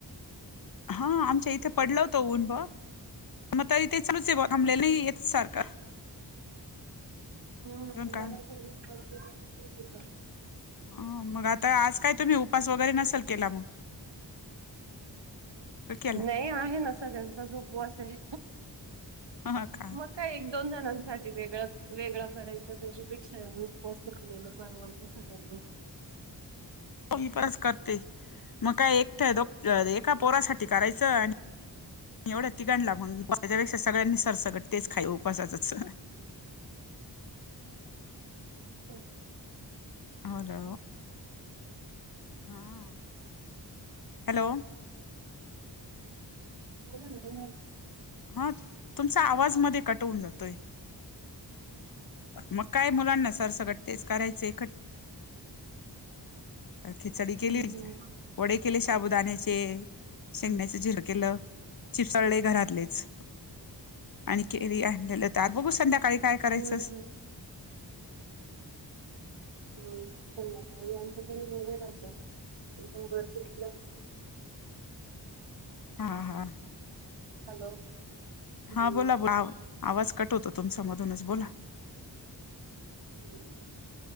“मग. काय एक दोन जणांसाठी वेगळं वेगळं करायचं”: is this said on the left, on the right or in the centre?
Right